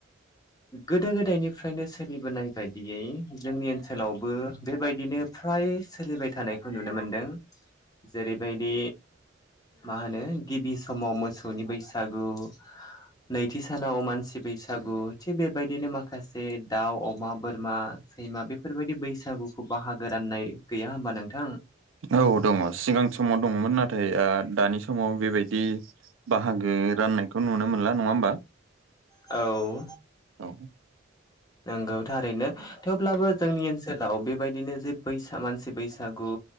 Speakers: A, on the left (about 20°); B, on the right (about 75°).
A: गोदो गोदायनिफ्रायनो सोलिबोनाय बेबायदियै जोंनि ओनसोलावबो बेबायदिनो फ्राय सोलिबाय थानायखौ नुनो मोनदों। जेरैबायदि मा होनो गिबि समाव मोसौनि बैसागु नैथि सानाव मानसि बैसागु थिग बेबायदिनो माखासे दाउ अमा बोरमा सैमा बेफोरबायदि बैसागुखौ बाहागो राननाय गैया होमबा नोंथां
B: औ दङ सिगां समाव दङमोन नाथाय ओ दानि समाव बेबायदि बाहागो राननायखौ नुनो मोनला नङा होमबा
A: औ
B: औ
A: नंगौ थारैनो थेवब्लाबो जोंनि ओनसोल ओनसोलाव बेबायदिनो जे बैसाग मानसि बैसागु